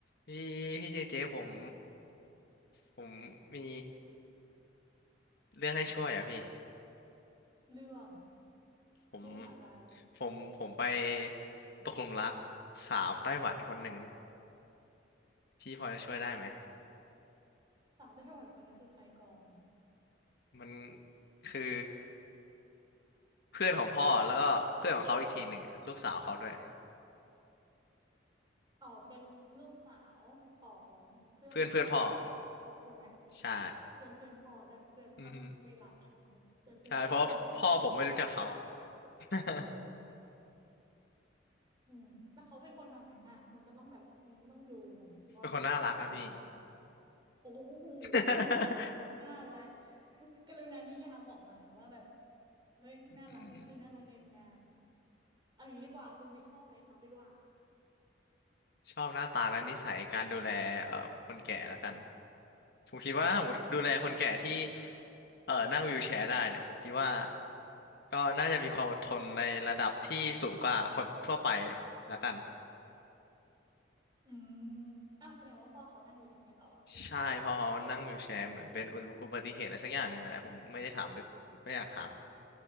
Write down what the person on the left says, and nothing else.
พี่พี่เจเจผมผมมีเรื่องให้ช่วยอ่ะพี่
ผม
ผมผมไปตกหลุมรักสาวไต้หวันคนหนึ่งพี่พอจะช่วยได้ไหม
มันคือเพื่อนของพ่อแล้วก็เพื่อนของเขาอีกทีหนึ่งลูกสาวเขาด้วย
เพื่อนเพื่อนพ่อ
ใช่
อือฮึใช่เพราะว่าพ่อผมไม่รู้จักเขา <laughs>
เป็นคนน่ารักอะพี่
<laughs>
อืม
ชอบหน้าตาและนิสัยการดูแลเอ่อคนแก่แล้วกันผมคิดว่าถ้าสมมติดูแลคนแก่ที่
เอ่อนั่งวีลแชร์ได้เนี่ยผมคิดว่าก็น่าจะมีความอดทนในระดับที่สูงกว่าคนทั่วไปแล้วกัน
ใช่เพราะเขานั่งวีลแชร์เหมือนเป็นอุอุบัติเหตุอะไรสักอย่างหนึ่งอะไรผมไม่ได้ถามลึกผมก็อยากถาม